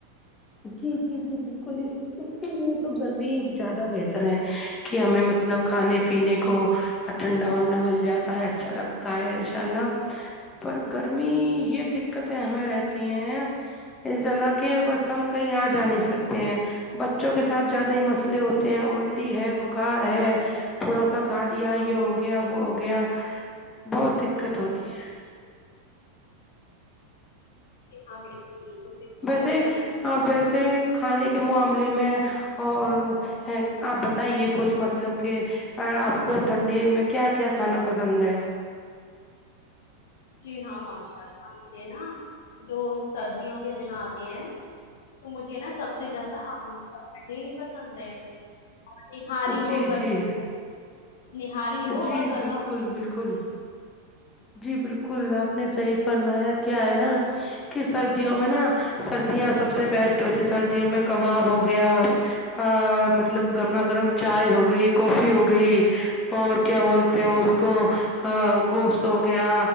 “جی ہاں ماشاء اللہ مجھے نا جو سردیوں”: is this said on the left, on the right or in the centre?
Left